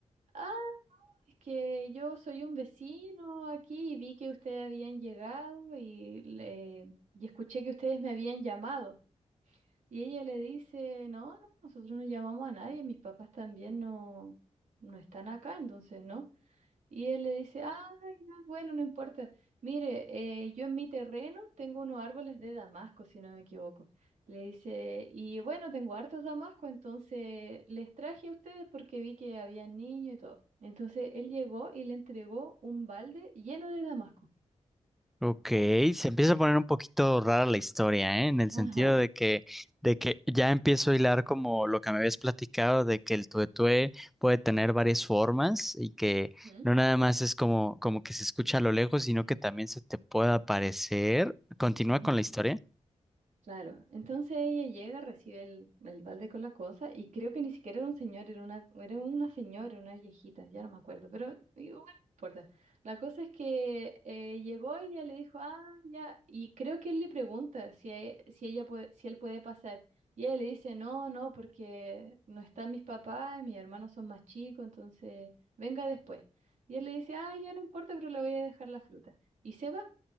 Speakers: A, on the right; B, in the centre.
A: ah, es que yo soy un vecino aquí y vi que ustedes habían llegado y, le, y escuché que ustedes me habían llamado. Y ella le dice, no, no, nosotros no llamamos a nadie, mis papás también no, no están acá, entonces no. Y él le dice, ah, ya, bueno, no importa. Mire, eh, yo en mi terreno tengo unos árboles de damasco, si no me equivoco. Le dice, y bueno, tengo hartos damascos, entonces les traje a ustedes porque vi que había niños y todo. Entonces él llegó y le entregó un balde lleno de damasco.
B: Ok,
A: Ya.
B: se empieza a poner un poquito rara la historia, ¿eh? En el
A: Ajá.
B: sentido de que, de que ya empiezo a hilar como lo que me habías platicado, de que el tuetué puede tener varias formas y que
A: Ujú,
B: no nada más es como, como que se escucha a lo lejos, sino que también se te puede aparecer. ¿Continúa
A: ujú.
B: con la historia?
A: Claro, entonces ella llega, recibe el, el balde con la cosa y creo que ni siquiera era un señor, era una, era una señora, una viejita, ya no me acuerdo, pero igual no importa. La cosa es que eh, llegó y ella le dijo, ah, ya, y creo que él le pregunta si, e- si, ella puede, si él puede pasar. Y ella le dice, no, no, porque no están mis papás, mis hermanos son más chicos, entonces venga después. Y él le dice, ah, ya no importa, pero le voy a dejar la fruta. Y se va.